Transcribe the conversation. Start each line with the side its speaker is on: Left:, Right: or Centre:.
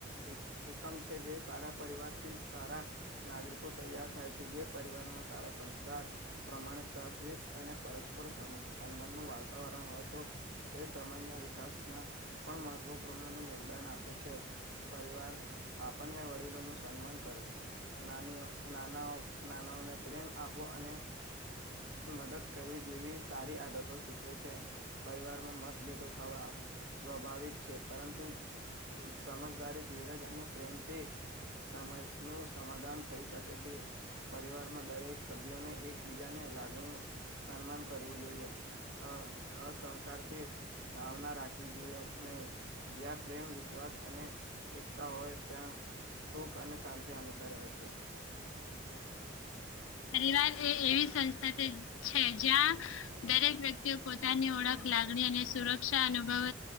Right: એક એકમ છે જે સારા પરિવારથી જ સારા નાગરિકો તૈયાર થાય છે જે પરિવારમાં સારા સંસ્કાર પ્રમાણિકતા શષ અને પરસ્પર સન્માનનું વાતાવરણ હોય તો તે સમાજના વિકાસના પણ મહત્વ મહપૂર્ણ નું યોગદાન આપે છે પરિવાર આપણને વડીલો નું સન્માન કરવું નાની નાના નાનાઓને પ્રેમ આપો અને મદદ કરવી જેવી સારી આદતો શીખવે છે. પરિવારમાં મતભેદો થવા સ્વાભાવિક છે પરંતુ સમજદારી ધીરજ અને પ્રેમથી સમસ નું સમાધાન થઈ શકે છે. પરિવારમાં દરેક સભ્યોને એકબીજાને લાગણી સન્માન કરવું જોઈએ. અ અસહકારથી ભાવના રાખવી જોઈએ નહી. જ્યાં પ્રેમ વિશ્વાસ અને એકતા હોય ત્યાં સુખ અને શાંતિ હંમેશા રહે છે.
Left: પરિવાર એ એવી સંસ્થા છે જ્યાં દરેક વ્યક્તિ તે પોતાની ઓળખ લાગણી અને સુરક્ષા અનુભવ